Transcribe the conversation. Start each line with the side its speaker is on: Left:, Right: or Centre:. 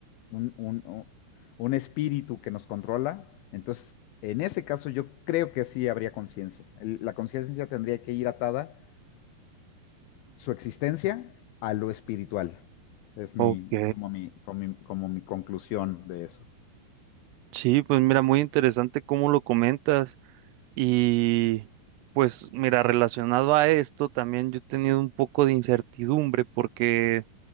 Left: un, un espíritu que nos controla, entonces en ese caso yo creo que sí habría conciencia. El- La conciencia tendría que ir atada su existencia a lo espiritual. Es mi,
Right: Ok.
Left: como mi, como mi, como mi conclusión de eso.
Right: Sí, pues mira, muy interesante cómo lo comentas. Y pues mira, relacionado a esto, también yo he tenido un poco de incertidumbre porque